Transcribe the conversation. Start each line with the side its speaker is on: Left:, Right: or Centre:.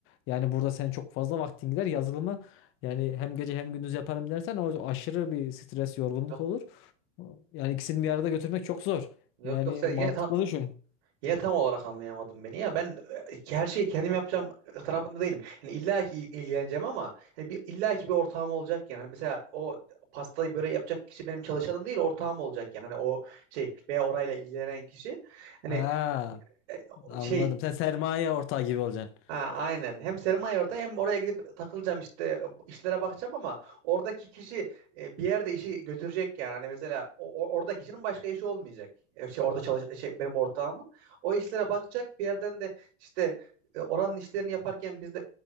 Left: Yani burada sen çok fazla vaktin gider yazılımı yani hem gece hem gündüz yaparım dersen o aşırı bir stres, yorgunluk
Right: Yok
Left: olur. Yani ikisini bir arada götürmek çok zor.
Right: yok
Left: Yani
Right: yok sen yine
Left: mantıklı
Right: ta-
Left: düşün.
Right: Yine tam olarak anlayamadım beni ya. Ben e, her şeyi kendim yapacağım tarafında değilim. Yani illa ki il- ilgileneceğim ama hani bir, illa ki bir ortağım olacak yani. Hani mesela o pastayı böreği yapacak kişi benim çalışanım değil ortağım olacak yani. Hani o şey veya orayla ilgilenen kişi. Hani
Left: Ha,
Right: e, o
Left: anladım.
Right: şey
Left: Sen sermaye ortağı gibi olacaksın.
Right: Ha, aynen. Hem sermaye orada hem oraya gidip takılacağım işte işlere bakacağım ama oradaki kişi e, bir yerde işi götürecek yani. Hani mesela o- o- oradaki kişinin başka işi olmayacak. E, Şey, orada çalış şey, benim ortağımın. O işlere bakacak bir yerden de işte e, oranın işlerini yaparken biz de